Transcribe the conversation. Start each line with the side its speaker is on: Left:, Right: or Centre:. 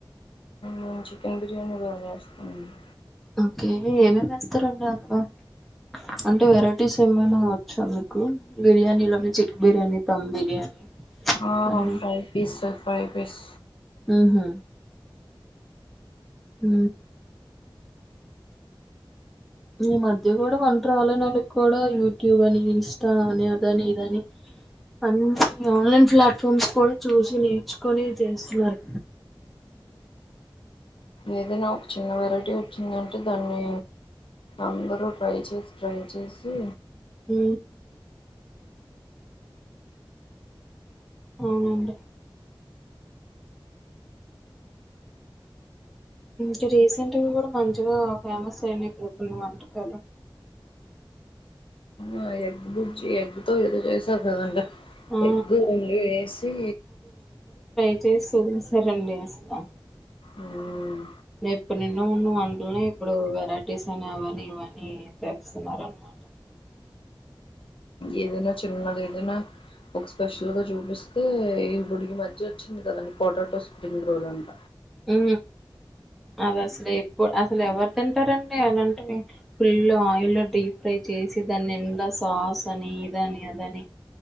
Left: ఊ చికెన్ బిర్యానీ బాగ చేస్తానండి
Centre: ఓకే ఏమేమి వేస్తారండి అందులో అంటే వెరేటీస్ ఏమైన వచ్చా మీకు బిర్యానీ లోని చిక్ బిర్యానీ థమ్ బిర్యానీ
Left: అ
Centre: అని
Left: ఫ్రై పీస్ ఫ్రై పీస్
Centre: ఉ హు ఊ ఈ మధ్య గుడ వంట రాలేనోళ్ళకి కూడ యూట్యూబ్ అని ఇన్స్ట అని అదని ఇదని అన్ని ఆన్లైన్ ప్లాట్ఫామ్స్ కూడ చూసి నేర్చుకొని చేస్తున్నారు
Left: ఏదైన ఒక చిన్న వెరైటీ వచ్చిందంటే దాన్ని అందరూ ట్రై చేసి ట్రై చేసి
Centre: హు అవునండి ఇంక రీసెంట్గ గుడ మంచిగా ఫేమస్ అయనాయి కొన్ని వంటకాలు
Left: అ ఎగ్ గుజ్జి ఎగ్ తో ఏదో చేసారు కదండి
Centre: ఆ
Left: ఎగ్ ఓన్లీ ఏసీ
Centre: <unintelligible> అసల
Left: మ్మ్
Centre: ఎప్పుడు నిన్న ఉన్న వంటలనే ఇప్పుడు వెరైటీస్ అయినా అవని ఇవని చెస్తున్నారు అనమాట <unintelligible> <inaudible>
Left: ఏదైన చిన్నగ ఏదైన ఒక స్పెషల్గా చూపిస్తే ఈ <unintelligible> మధ్య వచ్చింది కదండి పొటాటో స్ప్రింగ్ రోల్ అంట
Centre: ఉ అవి అసలు ఎప్పుడు అసలు ఎవరు తింటారండి అలాంటే ఫుల్ ఆయిల్ డీ ఫ్రై చేసి దాని నిండ సాస్ అని ఇదని అదని